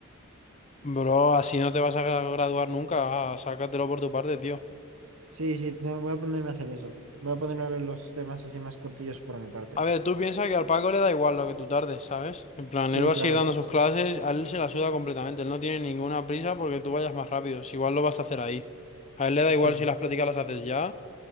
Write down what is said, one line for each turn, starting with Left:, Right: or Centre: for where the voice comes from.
Left: Bro, así no te vas a gra- graduar nunca, ah, sácatelo por tu parte, tío.
Right: Sí, sí, te- voy a ponerme a hacer eso. Voy a ponerme a ver los temas así más cortillos por mi parte.
Left: A ver, tú piensas que al Paco le da igual lo que tú tardes, ¿sabes? En plan,
Right: Sí,
Left: él va
Right: claro.
Left: a seguir dando sus clases, a él se la suda completamente, él no tiene ninguna prisa porque tú vayas más rápido, si igual lo vas a hacer ahí. A él le da
Right: Sí,
Left: igual si las prácticas las haces ya